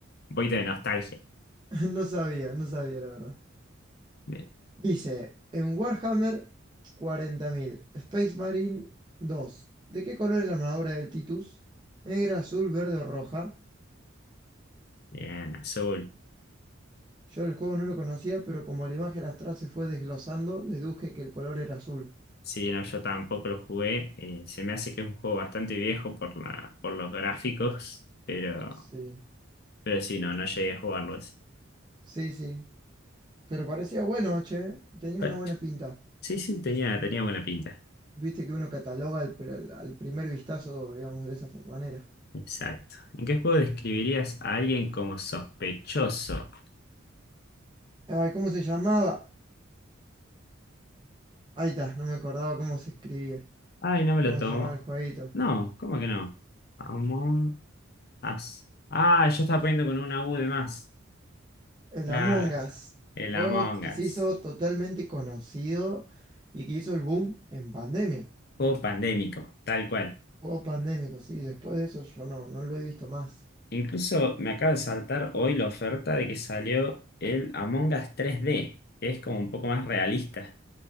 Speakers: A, on the left; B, on the right.
A: un poquito de nostalgia.
B: <laughs> no sabía, no sabía la verdad.
A: Bien,
B: Dice, en Warhammer 40.000 Space Marine dos ¿De qué color es la armadura del Titus? ¿Negra, azul, verde o roja?
A: Bien, Azul.
B: Yo el juego no lo conocía, pero como la imagen astral se fue desglosando, deduje que el color era azul.
A: Sí, no, yo tampoco lo jugué. Eh, se me hace que es un juego bastante viejo por la, por los gráficos, pero,
B: Sí,
A: pero sí, no, no llegué a jugarlo ese.
B: sí, sí. Pero parecía bueno, che, tenía
A: Bueno,
B: una buena pinta.
A: Sí, sí, tenía, tenía buena pinta.
B: Viste que uno cataloga al, pr- al al primer vistazo, digamos, de esa fo- manera.
A: Exacto. ¿En qué juego describirías a alguien como sospechoso?
B: Ay, ¿cómo se llamaba? Ahí está, no me acordaba cómo se escribía.
A: Ay, no me
B: ¿Cómo
A: lo tomo.
B: se llamaba el jueguito?
A: No, ¿cómo que no? Among Us. Ah, yo estaba poniendo con una U de más.
B: El
A: Claro.
B: Among Us.
A: El
B: Juego
A: Among
B: que
A: Us.
B: se hizo totalmente conocido y que hizo el boom en pandemia.
A: Juego pandémico, tal cual.
B: Juego pandémico, sí. Después de eso yo no, no lo he visto más.
A: Incluso me acaba de saltar hoy la oferta de que salió el Among Us 3D, que es como un poco más realista.